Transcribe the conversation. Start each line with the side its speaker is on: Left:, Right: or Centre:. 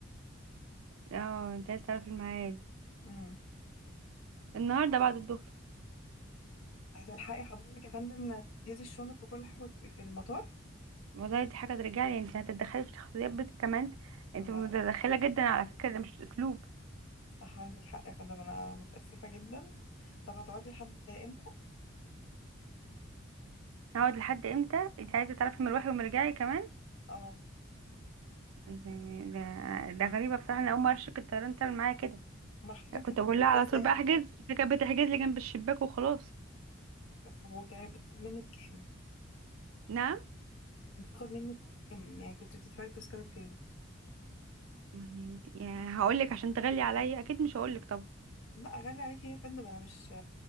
Right: اه انت عايز تعرف الميعاد
Left: امم
Right: النهاردة بعد الظهر
Left: هتلحقي حضرتك يا فندم تجهزي الشنط وكل حاجة وتبقي في المطار
Right: والله دي حاجة ترجعلي انت هتتدخلي في شخصيات بنتي كمان انت
Left: لا
Right: متدخلة
Left: لا
Right: جدا على فكرة ده مش أسلوب
Left: صح عندك حق يا فندم أنا متأسفة جدا طب هتقعدي لحد إمتى؟
Right: هقعد لحد امتى انت عايزة تعرفي مروحي ومرجعي كمان
Left: اه
Right: ده, ده ده غريبة بصراحة أنا أول مرة شركة الطيران تعمل معايا كده
Left: أمال حضرتك
Right: كنت
Left: كنت
Right: بقول
Left: بتفكري
Right: لها على
Left: إزاي
Right: طول بقى
Left: قبل
Right: احجز
Left: كده؟
Right: فكانت بتحجز لي جنب الشباك وخلاص
Left: طب وكانت بتاخد منك كام؟
Right: نعم
Left: بتاخد منك كام؟ يعني كنت بتدفعي التذكرة بكام؟
Right: يعني يعني هقول لك عشان تغلي عليا اكيد مش هقول لك طبعا
Left: لا غالي عليكي يا فندم أنا مش